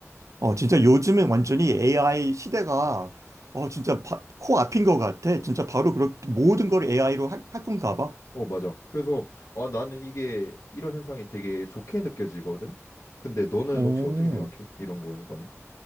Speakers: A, on the right (about 80°); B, on the left (about 80°).
A: 어, 진짜 요즘은 완전히 AI 시대가, 어, 진짜 바- 코앞인 것 같아. 진짜 바로 그렇, 모든 걸 AI로 할, 할 건가 봐.
B: 어, 맞아. 그래서 아, 나는 이게 이런 현상이 되게 좋게 느껴지거든. 근데 너는
A: 오.
B: 혹시 어떻게 생각해? 이런 거에 관해?